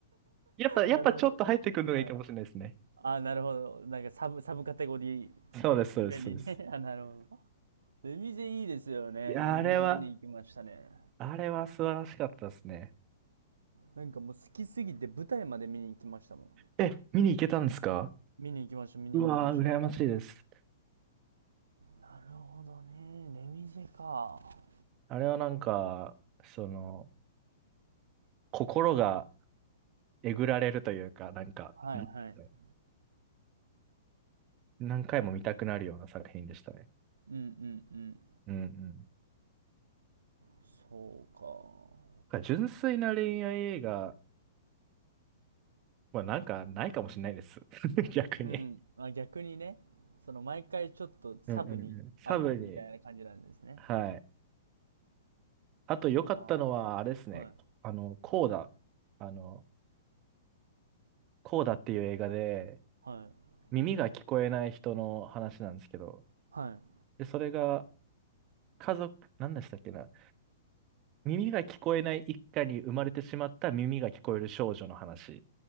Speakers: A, on the right; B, on the right.
A: やっぱ、やっぱちょっと入ってくるのがいいかもしれないですね。
B: なるほど。はい。あ、なるほど。なんかサブ、サブカテゴリー
A: そうです、そうです、
B: 目にね。
A: そうです。
B: <laughs> あ、なるほど。ベビゼいいですよね。
A: <laughs> いや、
B: 自分も見に行きましたね。
A: あれは、あれは素晴らしかったですね。
B: なんかもう好きすぎて舞台まで見に行きましたもん。
A: え、見に行けたんですか
B: 見に行きました、見に行きました。
A: うわー、羨ましいです。
B: なるほどね。レミゼか。は
A: あれはなんか、その、心がえぐられるというか、なんか、
B: いはい。
A: なんていうんですかね何回も見たくなるような作品でしたね。
B: うんうんうん。
A: うんうん。なん
B: そうか。
A: か純粋な恋愛映画はなんかないかもしれないです。<laughs> 逆に。
B: うん。あ、逆にね、その毎回ちょっとサブにあるみたいな感じなんですね。
A: うんうんうん。サブに。はい。あと良かったのは、
B: あ
A: あれですね。
B: あ、はい、
A: あの、コーダ。あの、コーダっていう映画で、
B: はい、
A: 耳が聞こえない人の話なんですけど、
B: はい。
A: で、それが家族、何でしたっけな。耳が聞こえない一家に生まれてしまった耳が聞こえる少女の話。